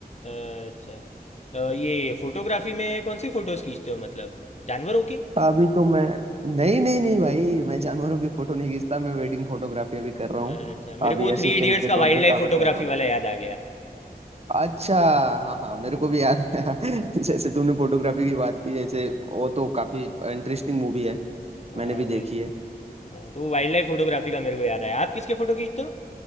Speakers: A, on the left; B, on the right.
A: अच्छा अ, ये फोटोग्राफी में कौन सी फ़ोटोज़ खींचते हो मतलब जानवरों की
B: अभी तो मैं नहीं नहीं नहीं भाई मैं जानवरों की फोटो नहीं खींचता मैं वेडिंग फोटोग्राफी अभी कर रहा
A: अच्छा
B: हूँ
A: मेरे
B: अभी
A: को
B: असिस्टेंट
A: थ्री इडियट्स
B: के
A: का
B: तौर
A: वाइल्ड
B: पे
A: लाइफ
B: काम
A: फोटोग्राफी
B: कर रहा हूँ
A: वाला याद आ गया
B: अच्छा हाँ हाँ मेरे को भी याद है <laughs> जैसे तुमने फोटोग्राफी की बात की जैसे वो तो काफी इंटरेस्टिंग मूवी है
A: हाँ
B: मैंने भी देखी
A: भाई
B: है
A: हाँ तो वाइल्ड लाइफ फोटोग्राफी का मेरे को याद आया आप किसके फ़ोटो खींचते हो